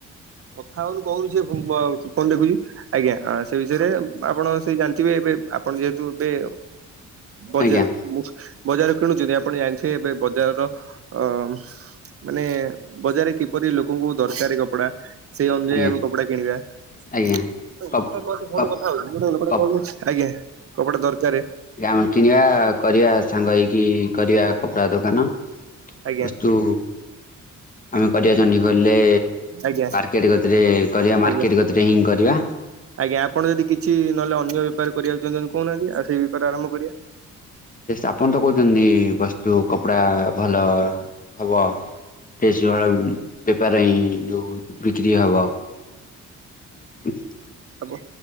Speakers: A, on the right (about 50°); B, on the left (about 25°).
A: ହଁ କହୁୁ ସେ କଣ ଦେଖୁଛି ଆଜ୍ଞା ସେ ବିଷୟରେ ଆପଣ ସେ ଜାଣିଥିବେ ଏବେ ଆପଣ ଯେହେତୁ ଏବେ ବଜାର
B: ଆଜ୍ଞା
A: ବଜାର କିଣୁଛନ୍ତି ଆପଣ ଜାଣିଥିବେ ଏବେ ବଜାରର ଅ ମାନେ ବଜାରରେ କିପରି ଲୋକଙ୍କୁ ଦରକାର କପଡା ସେଇ ଅନୁଯାୟୀ
B: ଆଜ୍ଞା
A: ଆମେ କପଡା କିଣିବା।
B: ଆଜ୍ଞା
A: <unintelligible>
B: କପ୍
A: ଆଜ୍ଞା
B: କପ୍
A: କପଡ଼ା
B: କପ୍
A: ଦରକାର
B: ଗାମ କିଣିବା କରିବା ସାଙ୍ଗ ହେଇକି କରିବା। କପଡ଼ା ଦୋକାନ
A: ଆଜ୍ଞା
B: ବସ୍ତୁ ଆମେ କରିବା ଚଣ୍ଡିଖୋଲରେ
A: ଆଜ୍ଞା।
B: <unintelligible> ଗତିରେ କରିବା ମାର୍କେଟ୍
A: ଆଜ୍ଞା
B: ଗତିରେ ହିଁ କରିବା।
A: ଆଜ୍ଞା ଆପଣ ଯଦି କିଛି ନହେଲେ ଅନ୍ୟ ବେପାର କରିବାକୁ ଚାଛନ୍ତି କହୁନାହାନ୍ତି ଆ ସେଇ ବେପାର ଆରମ୍ କରିବା।
B: ଆପଣ ତ କହୁଛନ୍ତି ବସ୍ତୁ କପଡା ଭଲ ହବ। ଡ୍ରେଶ ଭଲ ବେପାର ହିଁ ଯୋଉ ବିକ୍ରି ହବ। ହ <inaudible>
A: ଆ